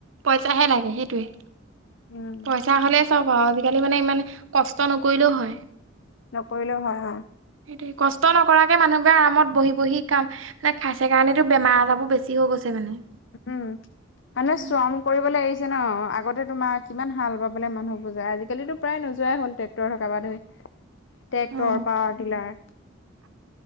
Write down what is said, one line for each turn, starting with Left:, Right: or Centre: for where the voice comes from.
Right: পইচাহে লাগে সেইটোৱে
Left: উম
Right: পইচা হ'লে চব সহ আজিকালি মানে ইমান কষ্ট নকৰিলেও হয়।
Left: নকৰিলেও হয় অ,
Right: সেইটোৱে কষ্ট নকৰাকে মানুহবোৰে আৰামত বহি- বহি কাম মানে খাইছে কাৰনেটো বেমাৰ আজাৰবোৰ বেছি হৈ গৈছে মানে।
Left: উম, মানুহে
Right: উম
Left: শ্ৰম কৰিবলৈ এৰিছ যে ন' আগতে তোমাৰ কিমান হাল বাবলে মানুহবোৰ যায় আজিকালিটো প্ৰায় নোযোৱাই হ'ল ট্ৰেক্টৰ থকাৰ বা ধই। ট্ৰেক্টৰ,
Right: অ
Left: পাৱাৰটিলাৰ।